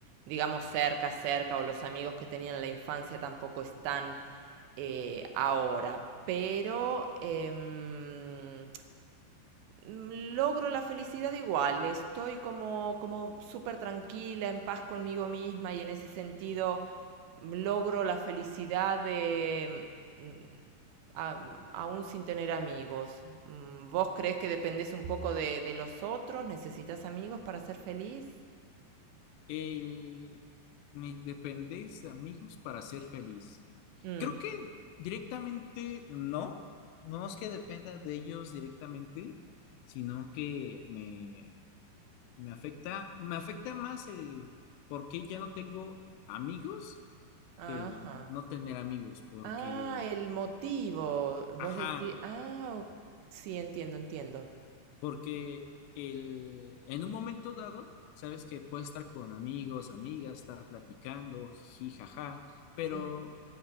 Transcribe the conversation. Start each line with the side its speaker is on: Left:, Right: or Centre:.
Right: digamos, cerca, cerca, o los amigos que tenía en la infancia tampoco están eh, ahora. Pero em, mm, logro la felicidad igual, estoy como, como súper tranquila, en paz conmigo misma y en ese sentido mm, logro la felicidad de, mm, a- aún sin tener amigos. Mm, ¿Vos crees que dependés un poco de, de los otros? ¿Necesitas amigos para ser feliz?
Left: El, me dependéis de amigos para ser feliz.
Right: Mm,
Left: Creo que directamente no, no es que dependa de ellos directamente, sino que me, me afecta, me afecta más el por qué ya no tengo amigos
Right: ajá.
Left: que el no tener amigos, porque,
Right: Ah, el motivo. Vos
Left: ajá,
Right: decís, ah, o- sí, entiendo, entiendo.
Left: Porque el, en un momento dado, sabes que puedes estar con amigos, amigas, estar platicando, jiji, jaja, pero
Right: Sí,